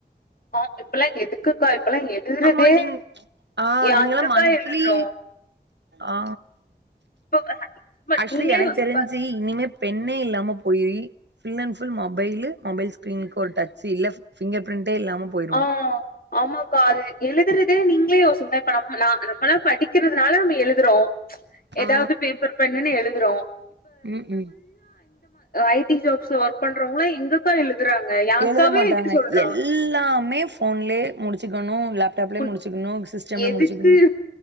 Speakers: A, on the left (about 55°); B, on the right (about 85°).
A: ஆம் இப்பல்லா எதுக்குக்கா இப்பல்லா எழுதுறதே
B: ஆமா நீங் ஆ
A: யாருக்குக்கா
B: நீங்கல்லா மந்த்லி
A: எழுதுறோ
B: ஆ
A: இப்ப ஹஸ்பண்ட்
B: ஆக்ஷிலி
A: நீங்களே
B: எனக்கு
A: யோசிச்சு
B: தெரிஞ்சி
A: பாருங்க
B: இனிமே பென்னே இல்லாம போயுயி full and full mobile mobile ஸ்க்ரீனுக்கு ஒரு டச்சு இல்ல பிங்கர் பிரிண்ட்டே இல்லாம போயிருவோ
A: ஆ ஆமாக்கா அது எழுதுறதே நீங்களே யோசிங்லே இப்ப நம்ம நா நம்மளா படிக்கிறதுனால ம்ம எழுதுறோ ஏதாவது
B: ஆ
A: பேப்பர் பென்னுன்னு எழுதுறோ
B: உம் உம்
A: ஐடி ஜாப்ஸ்ல ஒர்க் பண்றவங்கள எங்கக்கா எழுதுறாங்க ஏ அக்காவே
B: எழுத மாட்டாங்க
A: என்கிட்டு சொல்றா
B: எல்லாமே போன்லயே முடிச்சுக்கணு லேப் டாப்லயே
A: உன்
B: முடிச்சக்கணு சிஸ்டம்ல
A: எதுக்கு
B: முடிச்சக்கணு